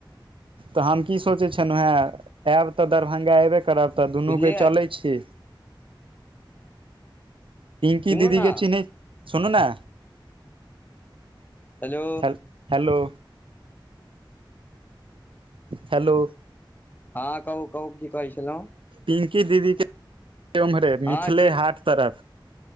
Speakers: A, on the right (about 85°); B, on the left (about 20°).
A: तऽ हम की सोचै छलहु हेँ आयब तऽ दरभंगा एबे करब तऽ दुनू
B: बुझलियै
A: के चलै छी पिंकी
B: सुनू
A: दीदी
B: ने
A: के चिनेहे सुनू ने
B: हेलो
A: हेल हेलो हेलो
B: हँ कहू कहू कि कहै छलहु
A: पिंकी दीदीके ओम्हरे मिथिले
B: हँ छी
A: हाट तरफ